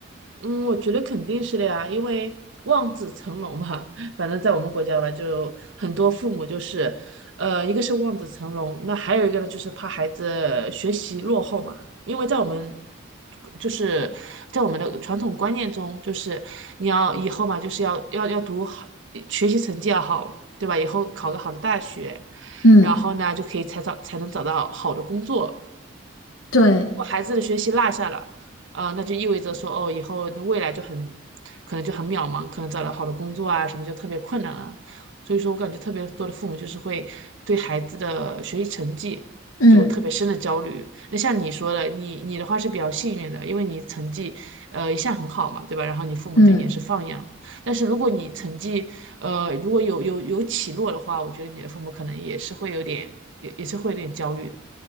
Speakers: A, on the right; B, on the left.
A: 嗯，我觉得肯定是的呀，因为望子成龙嘛，<laughs> 反正在我们国家吧，就很多父母就是，呃，一个是望子成龙，那还有一个呢，就是怕孩子学习落后嘛，因为在我们，就是在我们的传统观念中，就是你要以后嘛，就是要要要读好，学习成绩要好，对吧？以后考个好的大学，
B: 嗯，
A: 然后呢，就可以才找才能找到好的工作。
B: 对，
A: 如果孩子的学习落下了，呃，那就意味着说，哦，以后那未来就很可能就很渺茫，可能找到好的工作啊什么就特别困难啊。所以说我感觉特别多的父母就是会对孩子的学习成绩就特别深的焦虑。
B: 嗯
A: 那像你说的，你你的话是比较幸运的，因为你成绩呃一向很好嘛，对吧？然后你父母对你也是放养。
B: 嗯。
A: 但是如果你成绩呃如果有有有起落的话，我觉得你的父母可能也是会有点也也是会有点焦虑的。